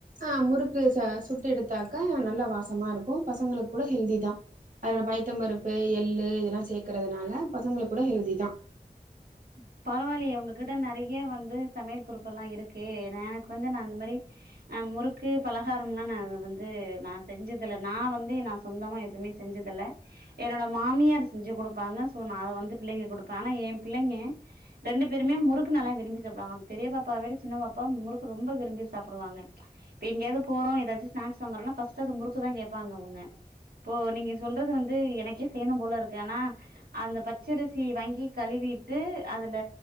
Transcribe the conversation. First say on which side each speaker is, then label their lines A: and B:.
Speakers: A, on the right; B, on the right.
A: ஆ முறுக்கு ச சுட்டு எடுத்தாக்கா நல்ல வாசமா இருக்கு பசங்களுக்கு கூட ஹெல்தி தா அதோட பைத்த பருப்பு எள்ளு இதெல்லா சேக்கறதுனால பசங்களு கூட ஹெல்திதா
B: ம் பரவாயில்லையே உங்ககிட்ட நெறைய வந்து சமையல் குறிப்பு எல்லா இருக்கே எனக்கு வந்து நா அந்த மாரி ஆ முறுக்கு பலகார எல்லாம் வந்து நா செஞ்சதுல நா வந்து நா சொந்தமா எதுவுமே செஞ்சதுல்ல என்னோட மாமியார் செஞ்சு குடுப்பாங்க சோ நா அத வந்து பிள்ளைங்களுக்கு கொடுப்பே ஆனா எ பிள்ளைங்க ரெண்டு பேருமே முறுக்கு நல்லா விரும்பி சாப்பிடுவாங்க அந்த பெரிய பாப்பாவ விட சின்ன பாப்பா முருக்கு ரொம்ப விரும்பி சாப்பிடுவாங்க இப்ப எங்கயாவது போறோ ஏதாச்ச ஸ்னாக்ஸ் வாங்கறோன்னா ஃபர்ஸ்ட் அது முறுக்குதா கேப்பாங்க அவங்க இப்போ நீங்க சொல்றது வந்து எனக்கே செய்யணு போல இருக்கு ஆனா அந்த பச்சரிசி வாங்கி கழுவி ட்டு அதுல